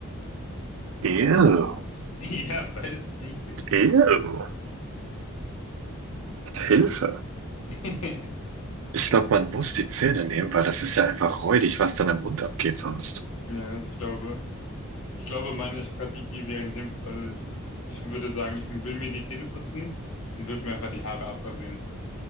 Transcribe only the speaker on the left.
<laughs> Ja, beides eklig.
<laughs>
Ja, ich glaube, ich glaube, meine Strategie wäre in dem Fall, ich würde sagen, ich will mir die Zähne putzen und würde mir einfach die Haare abrasieren.